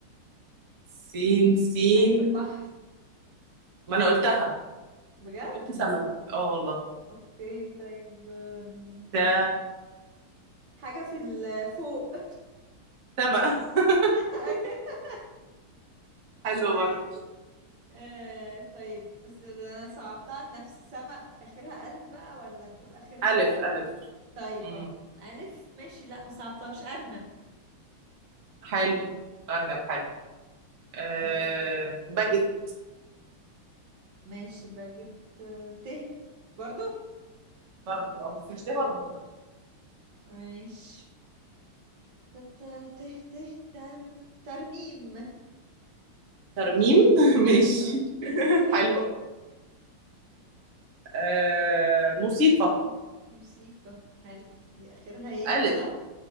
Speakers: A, on the right; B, on the right.
A: سين سين
B: <laughs> حاجة في البحر
A: ما انا قلتها
B: بجد
A: قلت سمك اه والله
B: اوكي طيب آم،
A: تا
B: حاجة في ال- فوق
A: سمك <laughs>
B: <laughs>
A: حلو
B: أيوة.
A: برضه
B: آه طيب بس ده انا صعبتها لنفسي سما اخرها الف بقى ولا نقول اخرها
A: ألف ألف
B: طيب
A: امم
B: اه الف ماشي لا ما صعبتهاش ارنب
A: حلو أرنب حلو أه
B: اه
A: باجت
B: ماشي باجت آه، ت برضو
A: برضه أه بس مش تبقى مربوطة
B: ماشي ت ت ت ت تر ترميم
A: ترميم <laughs> ماشي
B: اه
A: <laughs>
B: <laughs>
A: حلو أه موسيقى
B: مم. موسيقى حلو دي اخرها ايه
A: ألف
B: صح